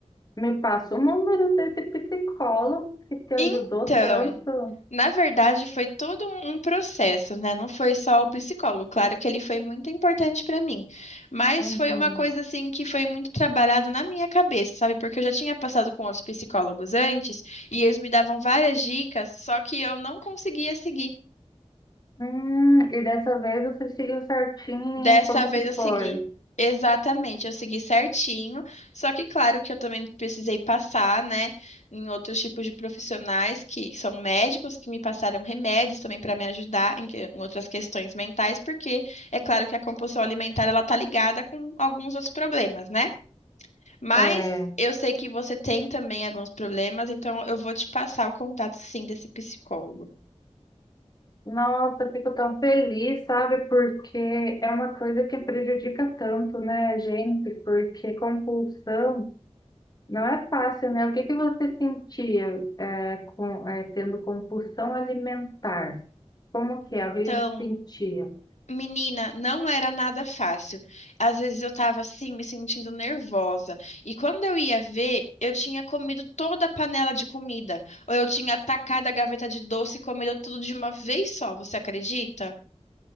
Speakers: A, on the left (about 35°); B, on the left (about 85°).
A: me passa o número desse psicólogo que te ajudou
B: Então,
A: tanto.
B: na verdade, foi todo um um processo, né? Não foi só o psicólogo. Claro que ele foi muito importante para mim, mas
A: Uhum.
B: foi uma coisa assim que foi muito trabalhado na minha cabeça, sabe? Porque eu já tinha passado com outros psicólogos antes e eles me davam várias dicas, só que eu não conseguia seguir.
A: Hum, e dessa vez você seguiu certinho,
B: Dessa
A: como
B: vez
A: que
B: eu segui.
A: foi?
B: Exatamente, eu segui certinho. Só que, claro, que eu também precisei passar, né, em outros tipos de profissionais que são médicos que me passaram remédios também para me ajudar em, que- em outras questões mentais, porque é claro que a compulsão alimentar ela tá ligada com alguns outros problemas, né? Mas
A: É,
B: eu sei que você tem também alguns problemas, então eu vou te passar o contato sim desse psicólogo.
A: nossa, eu fico tão feliz, sabe? Porque é uma coisa que prejudica tanto, né, a gente? Porque compulsão não é fácil, né? O que que você sentia, é, com, é, tendo compulsão alimentar? Como que é? O que
B: Então
A: eu sentia?
B: Menina, não era nada fácil. Às vezes eu tava assim, me sentindo nervosa. E quando eu ia ver, eu tinha comido toda a panela de comida. Ou eu tinha atacado a gaveta de doce e comido tudo de uma vez só, você acredita?